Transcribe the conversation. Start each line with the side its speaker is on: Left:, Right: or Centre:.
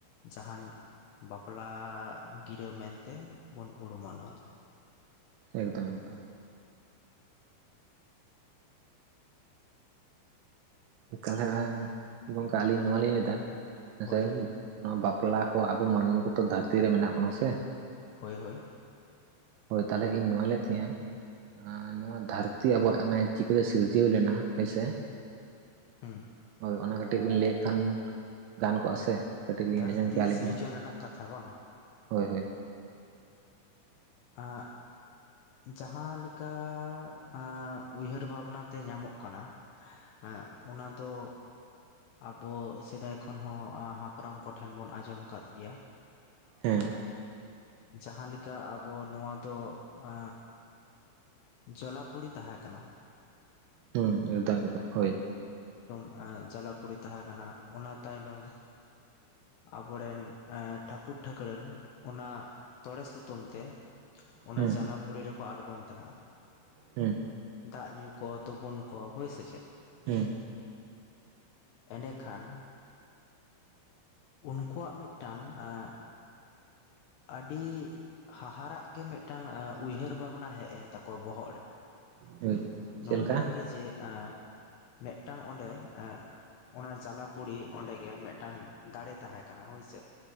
Left: ᱡᱟᱦᱟᱱ ᱵᱟᱯᱞᱟ ᱜᱤᱨᱟᱹ ᱢᱮᱱᱛᱮ ᱵᱩᱱ ᱩᱨᱩᱢᱟ ᱱᱚᱣᱟ ᱫᱚ
Right: ᱮᱠᱫᱚᱢ ᱮᱠᱫᱚᱢ ᱚᱠᱟᱞᱮᱠᱟ ᱜᱚᱝᱠᱮ ᱟᱞᱤᱧ ᱱᱚᱣᱟᱞᱤᱧ ᱞᱟᱹᱭᱫᱟ ᱦᱮᱸᱥᱮ
Left: ᱦᱳᱭ
Right: ᱱᱚᱣᱟ ᱵᱟᱯᱞᱟ ᱵᱟᱯᱞᱟ ᱠᱚ ᱟᱵᱚ ᱢᱟᱹᱱᱢᱤ ᱠᱩᱫᱚ ᱫᱷᱟᱨᱛᱤ ᱨᱮ ᱢᱮᱱᱟᱜ ᱵᱚᱱᱟ ᱥᱮ
Left: ᱦᱳᱭ ᱦᱳᱭ
Right: ᱦᱳᱭ ᱛᱟᱦᱚᱞᱮ ᱤᱧ ᱱᱚᱣᱟ ᱞᱟᱹᱮᱫ ᱛᱟᱦᱮᱸᱼᱟ ᱟᱻ ᱱᱚᱣᱟ ᱫᱷᱟᱹᱨᱛᱤ ᱟᱵᱩᱣᱟᱜ ᱚᱱᱮ ᱪᱤᱠᱟᱹ ᱥᱤᱨᱡᱟᱹᱣ ᱞᱮᱱᱟ ᱦᱳᱭᱥᱮ
Left: ᱦᱳᱸ
Right: ᱦᱳᱭ ᱚᱱᱟ ᱠᱟᱹᱴᱤᱡ ᱵᱤᱱ ᱞᱟᱹᱭᱮ ᱠᱷᱟᱱ ᱜᱟᱱ ᱠᱚᱜᱼᱟ ᱥᱮ ᱠᱟᱹᱴᱤᱡ ᱞᱤᱧ
Left: ᱫᱷᱟᱹᱨᱛᱤ
Right: ᱟᱸᱡᱚᱢ ᱠᱮᱭᱟ ᱟᱹᱞᱤᱧ
Left: ᱥᱤᱨᱡᱚᱱ
Right: ᱦᱚᱸ
Left: ᱨᱮᱱᱟᱜ ᱠᱟᱛᱷᱟ ᱵᱟᱝ
Right: ᱦᱳᱭ ᱦᱳᱭ <inaudible>
Left: ᱟᱜ ᱡᱟᱦᱟᱸ ᱞᱮᱠᱟ ᱮᱜ ᱩᱭᱦᱟᱹᱨ ᱵᱷᱟᱵᱱᱟ ᱛᱮ ᱧᱟᱢᱚᱜ ᱠᱟᱱᱟ ᱮᱜ ᱮᱜ ᱚᱱᱟ ᱫᱚ ᱟᱵᱚ ᱥᱮᱫᱟᱭ ᱠᱷᱚᱱ ᱦᱚᱸ ᱦᱟᱯᱲᱟᱢ ᱠᱚᱴᱷᱮᱱ ᱵᱚᱱ ᱟᱸᱡᱚᱢ ᱠᱟᱫ ᱜᱮᱭᱟ
Right: ᱦᱮᱸ
Left: ᱡᱟᱦᱟᱸ ᱞᱮᱠᱟ ᱟᱵᱚ ᱱᱚᱣᱟ ᱫᱚ ᱮ ᱡᱚᱞᱟᱯᱩᱲᱤ ᱛᱟᱦᱮᱸ ᱠᱟᱱᱟ
Right: ᱦᱩᱸ ᱮᱫᱚᱢ ᱮᱫᱚᱢ ᱦᱳᱭ
Left: ᱮᱜ ᱡᱟᱞᱟᱯᱩᱨᱤ ᱛᱟᱦᱮᱸ ᱠᱟᱱᱟ ᱚᱱᱟ ᱛᱟᱭᱱᱚᱢ ᱟᱵᱚᱨᱮᱱ ᱮ ᱴᱷᱟᱹᱠᱩᱨ ᱴᱷᱟᱹᱠᱩᱨᱟᱹᱱ ᱚᱱᱟ ᱛᱚᱲᱮ ᱥᱩᱛᱟᱹᱢ ᱛᱮ ᱚᱱᱟ
Right: ᱦᱩᱸ
Left: ᱡᱟᱞᱟ ᱯᱩᱲᱤ ᱨᱮᱠᱚ ᱟᱬᱜᱚᱱ ᱛᱟᱦᱮᱸᱫᱼᱟ
Right: ᱦᱩᱸ
Left: ᱫᱟᱜ ᱧᱩ ᱠᱚ ᱦᱚᱯᱚᱱ ᱠᱚ ᱦᱳᱭ ᱥᱮᱪᱮᱫ
Right: ᱦᱩᱸ
Left: ᱮᱸᱰᱮᱠᱷᱟᱱ ᱩᱱᱠᱩᱣᱟᱜ ᱢᱤᱫᱴᱟᱝ ᱮᱜ ᱟᱹᱰᱤ ᱦᱟᱦᱟᱨᱟᱜ ᱜᱮ ᱢᱤᱫᱴᱟᱝ ᱮ ᱩᱭᱦᱟᱹᱨ ᱵᱷᱟᱵᱽᱱᱟ ᱦᱮᱡ ᱮᱱ ᱛᱟᱠᱚᱣᱟ ᱵᱚᱦᱚᱜ ᱨᱮ
Right: ᱦᱳᱭ ᱪᱮᱫ
Left: ᱱᱚᱝᱠᱟᱱ
Right: ᱞᱮᱠᱟ
Left: ᱜᱮ ᱡᱮ ᱮ ᱢᱤᱫᱴᱟᱝ ᱚᱸᱰᱮ ᱮᱫ ᱚᱱᱟ ᱡᱟᱞᱟᱯᱩᱨᱤ ᱚᱸᱰᱮ ᱜᱮ ᱢᱤᱫᱴᱟᱝ ᱫᱟᱲᱮ ᱛᱟᱦᱮᱸ ᱠᱟᱱᱟ ᱦᱳᱭᱥᱮ